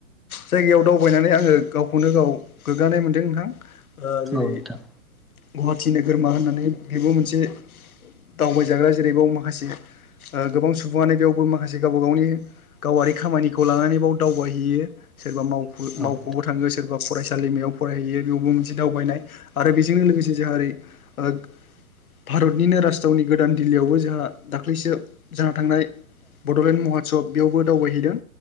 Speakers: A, on the left (about 80°); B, in the centre.
A: जायगायाव दावबायनानै आङो गावखौनो गाव गोग्गानाय मोनदों नोंथां। जेरै
B: औ नोंथां औ नोंथां औ नोंथां
A: गुवाहाटि नोगोरमा होननानै बेबो मोनसे दावबायजाग्रा। जेरैबाव माखासे गोबां सुबुङानो बेयावबो माखासे गावबा गावनि गावारि खामानिखौ लानानै बाव दावबायहैयो। सोरबा
B: औ नोंथां औ
A: मावख'बो
B: नोंथां औ नोंथां
A: थाङो सोरबा फरायसालिमायाव फरायहैयो बेयावबो मोनसे दावबायनाय आरो बेजोंनो लोगोसे जेरै जोहा एरै ओ भारतनिनो राजथावनि गोदान दिल्लीयावबो जोंहा दाख्लैसो जाना थांनाय बडलेण्ड महत्सब बेयावबो दावबायहैदों